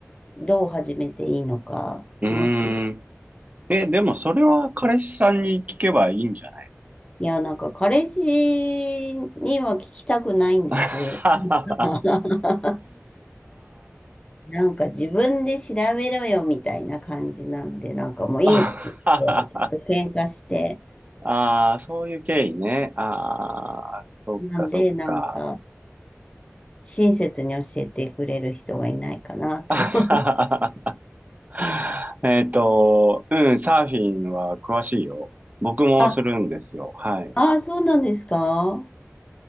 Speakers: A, on the left (about 20°); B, on the right (about 30°).
A: どう始めていいのか、
B: うーん。
A: もし、
B: え、でもそれは彼氏さんに聞けばいいんじゃない
A: いや、なんか、彼氏には聞きたくないんです。
B: <laughs> あ
A: <laughs> なんか自分で調べろよみたいな感じなんで、なんかもういいって言って、
B: あ。<laughs>
A: ちょっと喧嘩して、
B: ああ、そういう経緯ね。ああ、そっかそっか。
A: なんで、なんか、親切に教えてくれる人がいないかなと思う。
B: <laughs> <laughs> えっと、うん、サーフィンは詳しいよ。僕もするんですよ。
A: <laughs> あ、
B: はい。
A: ああ、そうなんですか